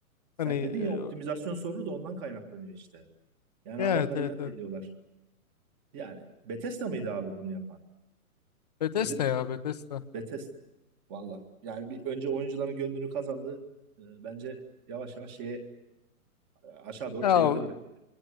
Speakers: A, on the right; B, on the left.
A: sen
B: Hani e,
A: dedin ya optimizasyon sorunu da ondan kaynaklanıyor işte. Yani
B: ya
A: adamlar
B: evet evet
A: inat
B: evet.
A: ediyorlar. Yani Bethesda mıydı abi bunu yapan?
B: Bethesda
A: Bu de,
B: ya Bethesda.
A: Bethesda. Valla yani bir önce oyuncuların gönlünü kazandı. Ee, bence yavaş yavaş şeye aşağı doğru
B: Ya
A: çevirdi grafiği.